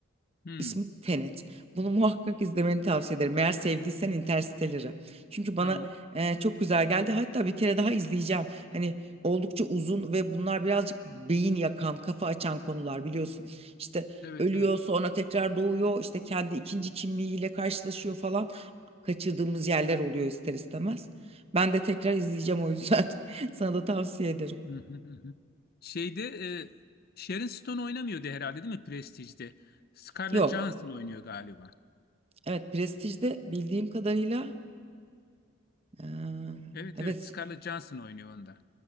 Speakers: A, on the left (about 50°); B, on the right (about 30°).
A: Hı,
B: İsmi Tenet. Bunu muhakkak izlemeni tavsiye ederim. Eğer sevdiysen Interstellar'ı. Çünkü
A: tamam.
B: bana e, çok güzel geldi. Hatta bir kere daha izleyeceğim. Hani oldukça uzun ve bunlar birazcık beyin yakan, kafa açan konular biliyorsun. İşte
A: Evet,
B: ölüyor,
A: evet.
B: sonra tekrar doğuyor, işte kendi ikinci kimliğiyle karşılaşıyor falan. Kaçırdığımız yerler oluyor ister istemez. Ben de tekrar izleyeceğim o yüzden. <laughs> Sana da tavsiye ederim.
A: Hı hı hı. hı. Şeyde ee, Sharon Stone oynamıyordu herhalde değil mi Prestige'de? Scarlett
B: Yok.
A: Johansson oynuyor galiba.
B: Evet, Prestige'de bildiğim kadarıyla eee,
A: Evet,
B: evet
A: evet. Scarlett Johansson oynuyor onda.